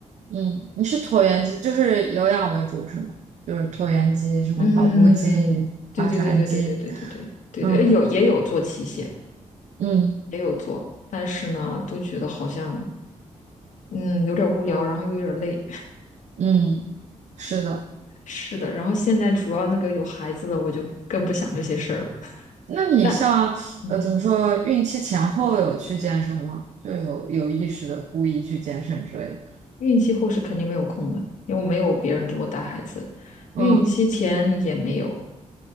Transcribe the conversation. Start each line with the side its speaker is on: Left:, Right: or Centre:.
Right: 嗯，你是椭圆机，就是有氧为主是吗？就是椭圆机、什么跑步机、
Left: 嗯，对对对对对对对对对对对，
Right: 划船机，嗯
Left: 哎有也有做器械，
Right: 嗯
Left: 也有做，但是呢，都觉得好像嗯有点无聊，然后又有点累。<laughs>
Right: 嗯，是的。
Left: 是的，然后现在主要那个有孩子了，我就更不想这些事儿了。<laughs>
Right: 那你像呃怎么说，
Left: 但嗯，
Right: 孕期前后有去健身吗？就有有意识的故意去健身之类的，
Left: 孕期后是肯定没有空的，因为我没有别人给我带孩子，
Right: 嗯。
Left: 孕期前也没有。